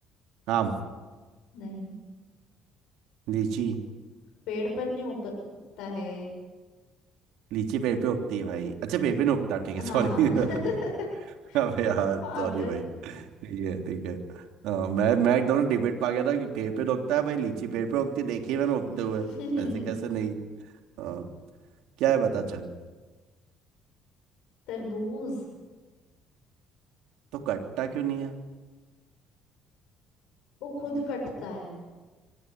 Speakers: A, on the right; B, on the left.
A: आम
B: नहीं
A: लीची
B: पेड़ पर नहीं उग, उगता है
A: लीची पेड़ पे उगती है भाई अच्छा पेड़ पे नहीं उगता ठीक
B: हाँ
A: है सॉरी <laughs>
B: <laughs>
A: अबे यार
B: पागल
A: सॉरी भाई ठीक है ठीक है हाँ, मैं मैं एकदम डिबेट पा गया था कि पेड़ पे उगता है भाई लीची पेड़ पे उगती देखी है मैंने उगते
B: <laughs>
A: हुए ऐसे कैसे नहीं हाँ, क्या है बता चल
B: तरबूज
A: तो कट्टा क्यों नहीं है
B: वो खुद कटता है